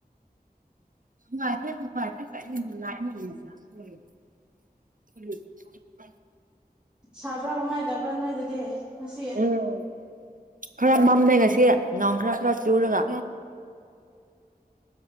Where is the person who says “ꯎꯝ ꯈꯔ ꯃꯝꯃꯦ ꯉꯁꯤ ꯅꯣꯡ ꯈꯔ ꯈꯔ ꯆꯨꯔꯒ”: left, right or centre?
Right